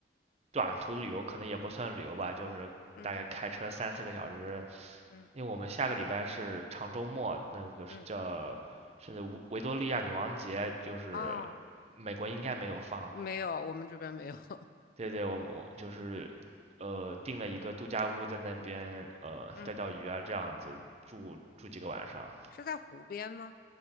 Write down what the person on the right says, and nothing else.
短途旅游可能也不算旅游吧，就是大概开车三四个小时
因为我们下个礼拜是长周末，那个叫甚至维维多利亚女王节，
就是
美国应该没有放。
对对，我们我就是呃订了一个度假屋，在那边呃钓钓鱼啊这样子住住几个晚上。